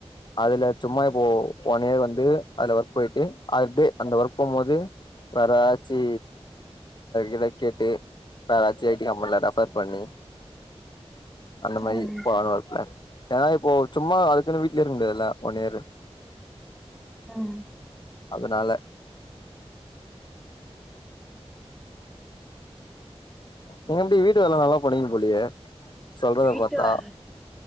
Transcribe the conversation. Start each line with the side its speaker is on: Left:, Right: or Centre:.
Left: அதுல சும்மா இப்போ ஒன் இயர் வந்து அதுல ஒர்க் போயிட்டு அதப்டே ஒர்க் போகும்போது வேறெதாச்சி இடை கேட்டு யாராச்சி ஐ டி கம்பெனில ரெஃபர் பண்ணி அந்த மாரி
Centre: ம்
Left: போலானு ஒரு ப்ளான் ஏனா இப்போ சும்மா அதுக்குனு வீட் லயே இருக்க முடியதுல ஒன் இயர்
Centre: ம்
Left: அதனால நீங்க எப்டி வீட்டு வேல நல்லா பண்விங்க போலயே சொல்றத
Centre: வீட்டு
Left: பாத்தா
Centre: வேல